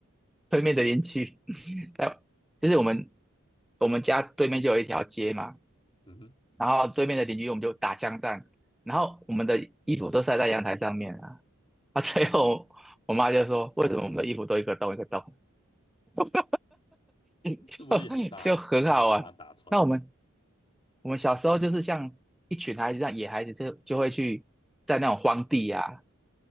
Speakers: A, in the centre; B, on the left (about 25°).
A: 对面的邻居，<laughs> 在就是我们我们家对面就有一条街嘛，
B: 嗯哼。
A: 然后对面的邻居我们就打枪战，然后我们的衣服都晒在阳台上面啊，啊，最后我妈就说为什么我们的衣服都一个洞一个洞，<laughs> 就就很好玩。
B: 这威力很大，居然可以把它打穿。
A: 那我们我们小时候就是像一群孩子，像野孩子就就会去在那种荒地啊，